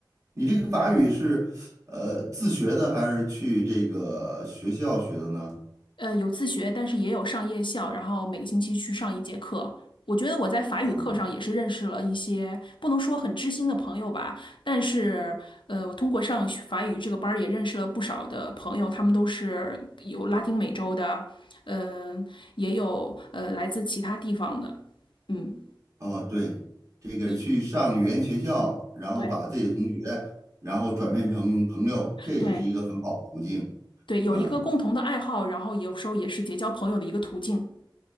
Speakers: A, on the right (about 40°); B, on the left (about 80°).
A: 你这个法语是，呃，自学的还是去这个学校学的呢？
B: 呃有自学，但是也有上夜校，然后每个星期去上一节课。我觉得我在法语课上也是认识了一些不能说很知心的朋友吧，
A: 哦
B: 但是呃，我通过上学法语这个班儿也认识了不少的朋友，他们都是有拉丁美洲的，嗯、也有呃来自其他地方的，嗯，
A: 哦，对，这个去上语言学校，
B: 一
A: 然后把自己的同学，
B: 对
A: 然后转变成朋友，这也是一个很好的途径。
B: 对对，有一个共同的爱好，
A: 嗯。
B: 然后有时候也是结交朋友的一个途径。